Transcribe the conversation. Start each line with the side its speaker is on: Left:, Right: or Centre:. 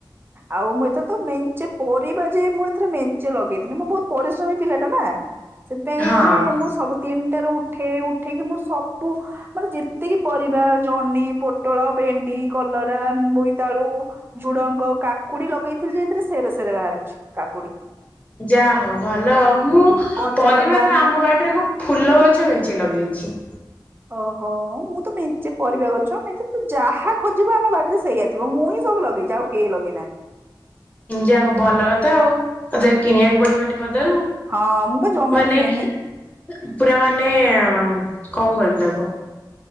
Right: ଆଉ ମୁଁ ଏଥର ତ ମେଞ୍ଚେ ପରିବା ଯେ ମୁଁ ଥର ମେଞ୍ଚେ ଲଗେଇଥିଲି ମୁଁ ବହୁତ ପରିଶ୍ରମୀ ପିଲାଟା ନା ସେଥିପାଇଁ
Left: ହଁ
Right: ମାନେ ମୁଁ ସବୁ ତିନି ଟାରୁ ଉଠେ ଉଠେଇକି ମୁଁ ସବୁ ମାନେ ଯେତିକି ପରିବା ଜହ୍ନି ପୋଟଳ ଭେଣ୍ଡି କଲରା ବୋଇତାଳୁ ଝୁଡଙ୍ଗ କାକୁଡି ଲଗେଇଥିଲି ଯେ ଏଥିରେ ସେରେ ସେରେ ବାହାରୁଛି। କାକୁଡ଼ି।
Left: ଯା ହଉ ଭଲ ହଉ ମୁଁ
Right: କଞ୍ଚା
Left: ପରିବା
Right: ଲଙ୍କା
Left: ତ ଆମ ବାଡିରେ ମୁଁ ଫୁଲ ଗଛ ମେଂଚେ ଲଗେଇଛି।
Right: ଓହୋ ମୁଁ ତ ମେଁଚେ ପରିବା ଗଛ ମେଞ୍ଚେ ତୁ ଯାହା ଖୋଜିବୁ ଆମ ବାଡିରେ ସେଇଆ ଥିବ ମୁଁ ହିଁ ସବୁ ଲଗେ ଇଛି ଆଉ କେହି ଲଗେଇ ନାହାନ୍ତି।
Left: ଯା ହଉ ଭଲ କଥା ଆଉ
Right: ହଁ
Left: ତତେ ଆଉ କିଣିବାକୁ ପଡିବନି ବ ଜାରୁ
Right: ହଁ ମୁଁ ବା ଜମା
Left: ମାନେ
Right: କିଣେନି
Left: ପୁରା ମାନେ କଣ କହିମି ତାକୁ?